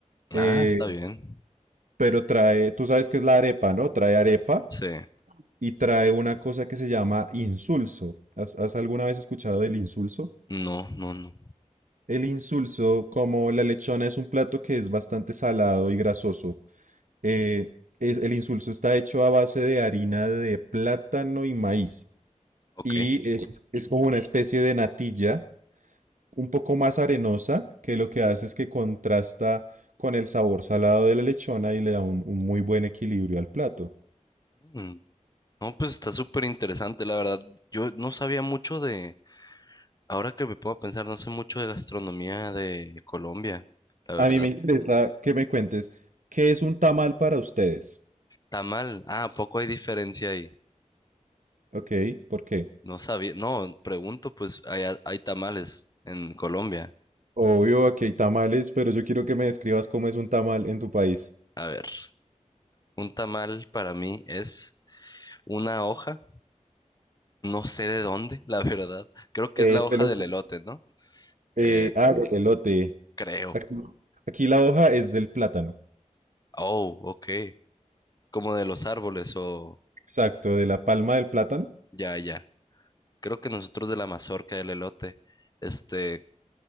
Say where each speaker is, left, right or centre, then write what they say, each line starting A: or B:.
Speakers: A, on the left (about 30°); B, on the right (about 85°).
A: Ah,
B: eh,
A: está bien.
B: pero trae, tú sabes que es la arepa, ¿no? Trae arepa
A: Sí.
B: y trae una cosa que se llama insulso. ¿Has, has alguna vez escuchado del insulso?
A: No, no, no.
B: El insulso, como la lechona, es un plato que es bastante salado y grasoso. Eh, es, el insulso está hecho a base de harina de plátano y maíz.
A: Ok.
B: Y es, es como una especie de natilla, un poco más arenosa, que lo que hace es que contrasta con el sabor salado de la lechona y le da un, un muy buen equilibrio al plato.
A: Mm, No, pues está súper interesante, la verdad. Yo no sabía mucho de, Ahora que me puedo pensar, no sé mucho de gastronomía de Colombia, la verdad.
B: A mí me interesa que me cuentes qué es un tamal para ustedes.
A: Tamal, ah, ¿a poco hay diferencia ahí?
B: ¿Ok? ¿Por qué?
A: No sabía, no, pregunto, pues hay, hay tamales en Colombia.
B: Obvio, aquí hay tamales, pero yo quiero que me describas cómo es un tamal en tu país.
A: A ver, un tamal para mí es una hoja, no sé de dónde, <laughs> la verdad. Creo que
B: Eh,
A: es la hoja
B: suele
A: del
B: ser-
A: elote, ¿no?
B: eh,
A: Eh,
B: ah, elote.
A: creo.
B: Aquí, aquí la hoja es del plátano.
A: Oh, ok. Como de los árboles o
B: Exacto, de la palma del plátano.
A: ya, ya. Creo que nosotros de la mazorca del elote, este,